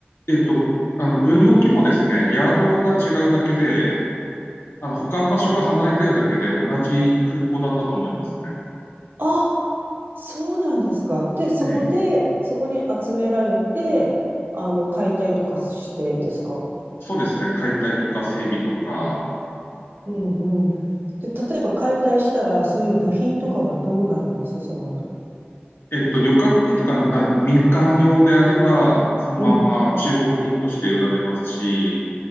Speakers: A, on the left (about 70°); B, on the right (about 60°).
A: えっと、あの、軍用機もですね、ヤードが違うだけで、あの、保管場所が離れてるだけで同じ空港だったと思いますね。
B: あ、そうなんですか。で、そこで、
A: ええ、
B: そこに集められて、あの、解体とかしてですか。
A: そうですね。解体とか整備とか、
B: うんうん。で、例えば解体したら、そういう部品とかはどうなるんですその後。
A: えっと、旅客機とか、あ、民間用であれば、そのまま中古部品として売られますし、
B: うん。